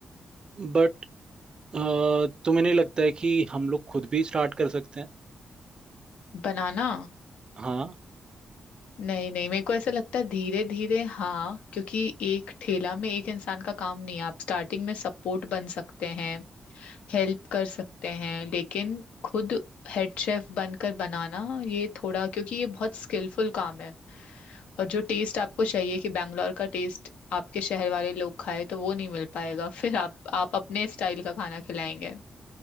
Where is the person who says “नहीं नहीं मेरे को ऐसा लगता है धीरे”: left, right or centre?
Left